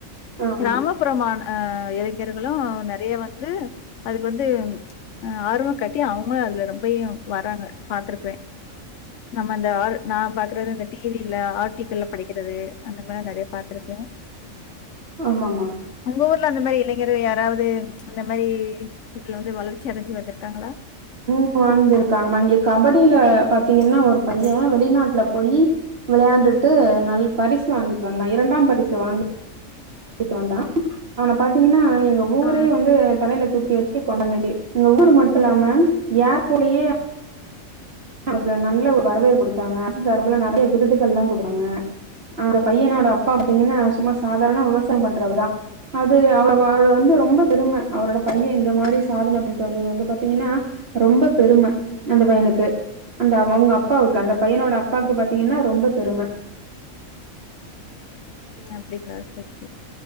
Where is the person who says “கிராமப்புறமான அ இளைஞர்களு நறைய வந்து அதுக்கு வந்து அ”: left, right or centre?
Left